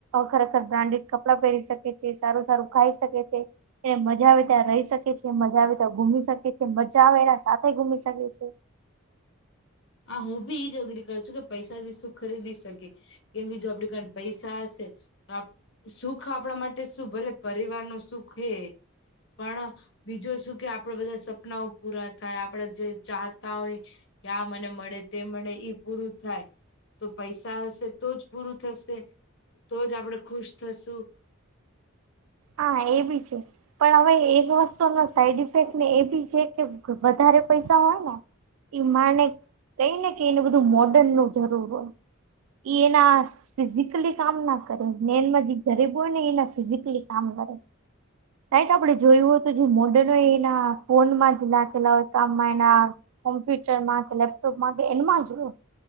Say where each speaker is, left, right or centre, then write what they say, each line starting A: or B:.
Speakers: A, on the right (about 80°); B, on the left (about 55°).
A: ખરા બ્રાન્ડેડ કપડા પહેરી શકે છે. સારું સારું ખાઈ શકે છે. એને મજા આવે. ત્યાં રહી શકે છે. મજા આવે ત્યાં ઘુમી શકે છે. મજા આવે એના સાથે ઘુમ શકે છે.
B: હા, હું બી ઈજ અઘરી કરું છું કે પૈસાથી શું ખરીદી શકે. કે બીજું આપડી કન પૈસા હશે તો આપ સુખ આપણા માટે શું ભલે પરિવારનું સુખ હે પણ બીજો સુખ એ આપણે બધા સપનાઓ પૂરા થાય, આપણે જે ચાહતા હોય. કે આ મને મળે, તે મળે ઈ પૂરું થાય તો પૈસા હશે તો જ પૂરું થશે? તો જ આપણે ખુશ થશું.
A: હા, એ બી છે પણ હવે એક વસ્તુનો સાઈડ ઇફેક્ટને એ બી છે કે વધારે પૈસા હોય ને ઈ માણને કઈ ને કે એનું બધું મોડર્નનું જરૂર હોય. ઈ એના ફિઝિકલી કામ ન કરે. મેન માં જે ગરીબ હોય ને એના ફિઝિકલી કામ કરે. રાઈટ આપડે જોયું હત તું જે મોર્ડન હોય એના ફોનમાં જ નાખેલા હોય કામમાં એના કોમ્પ્યુટરમાં કે લેપટોપમાં કે એનમાં જ હોય.